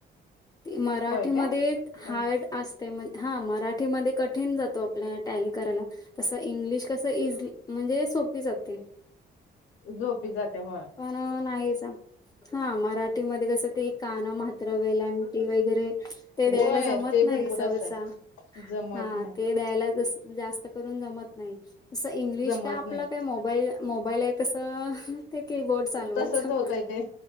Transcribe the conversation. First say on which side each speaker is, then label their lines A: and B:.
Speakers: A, on the left (about 20°); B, on the left (about 75°).
A: मराठीमध्ये
B: होय काय
A: एक हार्ड
B: मग
A: असते. हा मराठीमध्ये कठीण जात आपल्याला टॅली करायला तसे इंग्लिश कस इजी म्हणजे सोपी जाते.
B: सोपी जाते होय.
A: पण नाही हा मराठीमध्ये कसं ते कानं म्हात्रा वेलांटी वगैरे. ते
B: होय
A: द्यायला जमत
B: ते
A: नाही
B: भरपूर
A: सहसा
B: असतय जमत
A: हा
B: नाही
A: ते. द्यायला जास्त करून जमत नाही. जसं इंग्लिश
B: जमत
A: का आपलं
B: नाही
A: काय मोबाईल मोबाईल आहे तसं ते कीबोर्ड चालवायचं.
B: तसच होतय ते